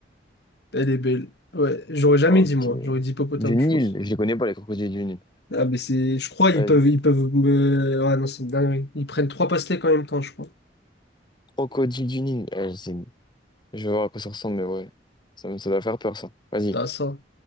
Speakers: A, on the left (about 65°); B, on the left (about 25°).
A: Elle est belle. Ouais, j'aurais jamais
B: Ok.
A: dit moi. J'aurais dit hippopotame,
B: Du Nil,
A: je pense.
B: je les connais pas, les crocodiles du Nil.
A: Ah, mais c'est. Je crois ils
B: Ouais,
A: peuvent. Ils peuvent me. Ah non, c'est une dinguerie. Ils prennent trois pastèques en même temps, je crois.
B: Crocodile du Nil. Ouais, c'est- je vais voir à quoi ça ressemble, mais ouais. Ça, me- ça doit faire peur, ça. Vas-y.
A: Ah, ça.